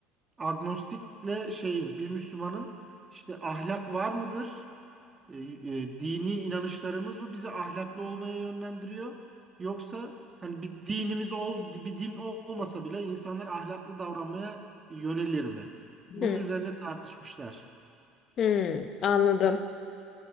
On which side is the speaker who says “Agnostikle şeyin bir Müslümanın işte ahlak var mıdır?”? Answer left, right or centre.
Right